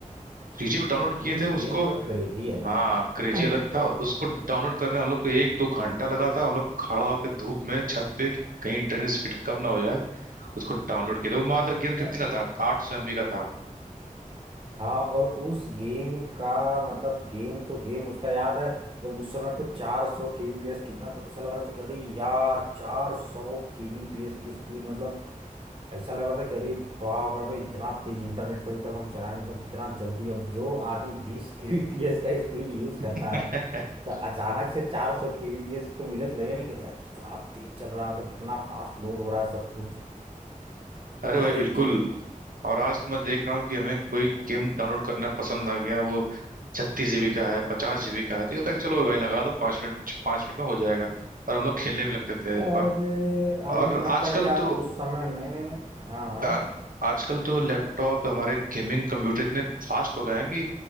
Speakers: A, on the right (about 80°); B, on the right (about 40°).
A: थ्री जी पे डाउनलोड किए
B: उस
A: थे
B: गेम
A: उसको
B: का क्रेज ही अलग
A: हाँ
B: था
A: क्रेजी अलग
B: <clears throat>
A: था उसको डाउनलोड करने में हम लोग को एक दो घंटा लगा था हम लोग खड़ा होकर धूप में छत पे कि कहीं इंटरनेट स्पीड कम ना हो जाए उसको डाउनलोड किया था वो मात्र गेम
B: तो-
A: कितने का था आठ सौ एमबी का था
B: हाँ और उस गेम का मतलब गेम तो गेम उसका याद है मतलब उस समय पे 400 kbps कितना तो ऐसा लग रहा था कि अरे यार 400 kbps की स्पीड मतलब ऐसा लग रहा था कि अरे बाप रे भाई इतना तेज इंटरनेट तो अभी तक हम चलाए नहीं, मतलब इतना जल्दी अब जो आदमी 20 kbps का स्पीड यूज करता
A: <laughs>
B: है तो अचानक से 400 kbps उसको मिले तो लगे ना कि यार कितना तेज चल रहा है तो कितना फास्ट लोड हो रहा है सब कुछ
A: अरे
B: हर
A: भाई बिल्कुल
B: एक चीज
A: और आज तो मैं देख रहा हूँ कि हमें कोई गेम डाउनलोड करना पसंद आ गया वो छत्तीस जीबी का है पचास जीबी का है तो ये होता है कि चलो भाई लगा दो पाँच मिनट पाँच मिनट में हो जाएगा और हम लोग खेलने में लगते थे
B: अरे
A: और
B: हमें
A: और
B: तो लगता
A: आजकल
B: है कि यार
A: तो
B: उस समय में हाँ हाँ
A: आज, आजकल तो लैपटॉप हमारे गेमिंग कंप्यूटर इतने फास्ट हो गए हैं कि